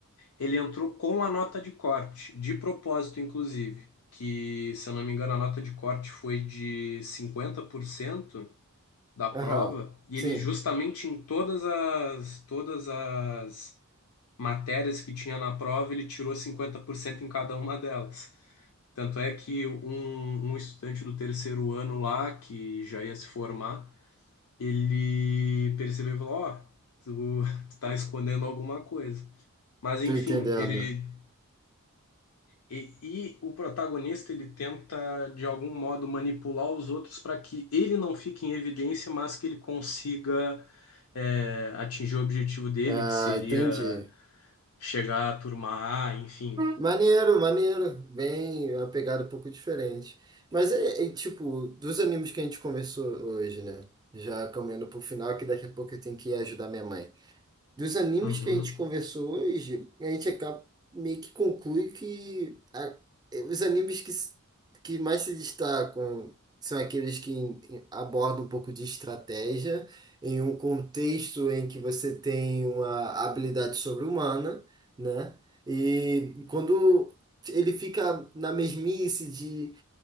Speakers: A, on the left; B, on the right.
A: Ele entrou com a nota de corte, de propósito, inclusive, que, se eu não me engano, a nota de corte foi de 50% da prova,
B: Aham,
A: e
B: Sim,
A: ele justamente em todas as todas as matérias que tinha na prova, ele tirou 50% em cada uma delas. Tanto é que um, um estudante do terceiro ano lá, que já ia se formar, ele percebeu e falou, ó, tu, <laughs> tu tá escondendo alguma coisa. Mas
B: tô
A: enfim,
B: entendendo.
A: ele E, e o protagonista ele tenta de algum modo manipular os outros para que ele não fique em evidência, mas que ele consiga é, atingir o objetivo dele,
B: Ah,
A: que seria
B: entendi.
A: chegar à turma A, enfim.
B: Maneiro, maneiro. Bem, é uma pegada um pouco diferente. Mas é, é, tipo, dos animes que a gente conversou hoje, né? Já caminhando pro final, que daqui a pouco eu tenho que ir ajudar minha mãe. dos animes
A: Uhum.
B: que a gente conversou hoje, a gente acaba, meio que conclui que a- eh, os animes que, s- que mais se destacam são aqueles que em- em- abordam um pouco de estratégia em um contexto em que você tem uma habilidade sobre-humana, né? E quando ele fica na mesmice de